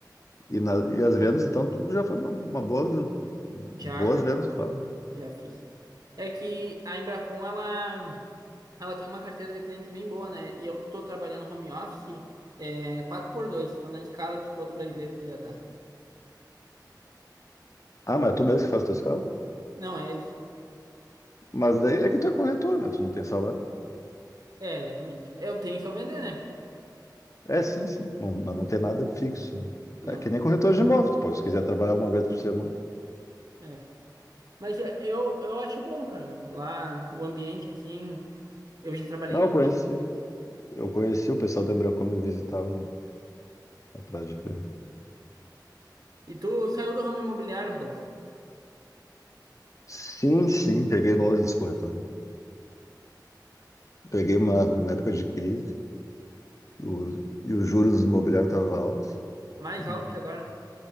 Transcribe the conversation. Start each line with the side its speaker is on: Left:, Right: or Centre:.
Left: E, na, e as vendas, então, tu já faz uma, uma boas, boas
Right: Já, cara,
Left: vendas, tu fala.
Right: já fiz. É que a Embracon, ela, ela tem uma carteira de cliente bem boa, né? E eu tô trabalhando home office, é, quatro por dois Tô na escala que todo brasileiro que já tá.
Left: Ah, mas é tu mesmo que faz tua escala?
Right: Não, é eles.
Left: Mas daí é que tu é corretor, né? Tu não tem salário.
Right: É, exatamente. Eu tenho que eu vender, né?
Left: É, sim, sim. Não- mas não tem nada fixo.
Right: Não,
Left: É que nem corretor de imóveis. Tu pode, se quiser trabalhar uma vez por semana.
Right: é. Mas é, eu, eu acho bom, cara. Lá, o ambiente, assim... Eu já trabalhei
Left: Não,
Right: em
Left: eu
Right: outras
Left: conheci.
Right: empresas.
Left: Eu conheci o pessoal da Embracon me visitava atrás de cliente.
Right: E tu saiu do ramo imobiliário, Rodolfo?
Left: Sim, sim, peguei nojo dos corretores. Peguei uma, uma época de crise o- e os juros imobiliários estavam altos.
Right: Mais
Left: Hum,
Right: alto que agora?